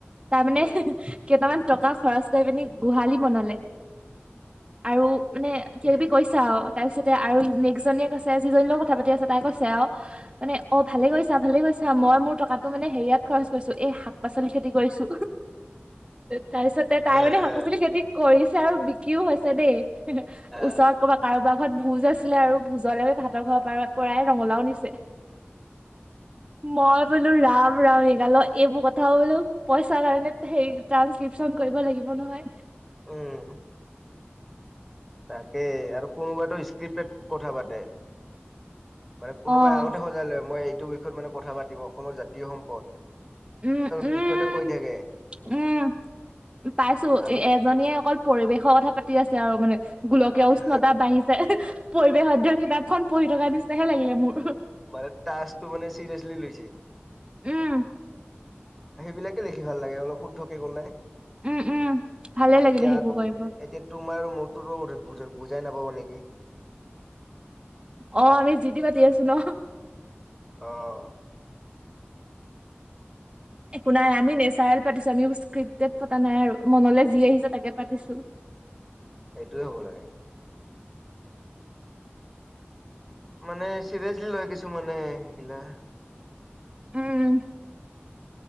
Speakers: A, on the right; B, in the centre.
A: তাই মানে
B: উম
A: কেইটামান টকা খৰচ কৰি পিনি গোহালি বনালে। আৰু মানে কেবি
B: উম
A: কৈছা আৰু অ, তাৰ পিছতে আৰু নেক্স জনীয়ে কৈছে যিজনী লগ কথা পাতি আছে তাই কৈছে আৰু মানে অ, ভালে কৈছা -ভালে কৈছা মই মোৰ টকাটো মানে হেৰিয়াত খৰচ কৈছো এ শাক-পাচলি খেতি কৰিছো তাৰ পিছতে তাই
B: আহ
A: মানে শাক-পাচলি খেতি কৰিছ যে আৰু বিকিও হৈছে দে
B: আহ
A: ওচৰত ক'বা কাৰোবাক ঘৰত ভোজ আছিলে আৰু ভোজৰ লৈ ভাতৰ ঘৰৰ পৰা-পৰাই ৰঙলাও নিছে। মই বোলো ৰাম <unintelligible> এইবোৰ কথা বোলো পইচাৰ কাৰণে হেই ট্ৰানচক্ৰিপচন কৰিব লাগিব নহয়।
B: উম, তাকে আৰু কোনোবাতো স্ক্ৰিপেট কথা পাতে মানে
A: অ',
B: কোনোবাই আগতে সজাই লয় মই এই এইটো বিষয়ত মানে কথা পাতিব অসমৰ জাতীয় সম্পদ
A: উম উম
B: <unintelligible> বিষয় ত কৈ থাকে।
A: উম, পাইছো
B: আমি
A: এ -এজনীয়ে অকল পৰিৱেশৰ কথা পাত <unintelligible> আছে আৰু মানে গোলকে
B: আহ
A: উষ্ণতা বাঢ়িছে পৰিৱেশ অধ্যয়ন কিতাপখন পঢ়ি থকা নিচিনা হে লাগিলে মোৰ
B: মানে তাছটো <inaudible> মানে চিৰিয়াছলি লৈছে
A: উম
B: সেইবিলাকে লিখি ভাল লাগে অলপ শুদ্ধকে কলে
A: উম উম ভালেই
B: এতিয়াতো
A: লাগিব সেইবোৰ কৰিব।
B: এতিয়া <unintelligible> বুজাই নাপাব নেকি
A: অ আমি জিটি পাতি আছো ন
B: অহ
A: একো নাই আমি নেচাৰল পাতিছো আমি <unintelligible> পতা নাই আৰু মনলৈ যি আহিছে তাকে পাতিছো
B: এইটোৱে হ'ব লাগে মানে চিৰিয়াচলি লয় কিছু মানে সেইগিলা
A: উম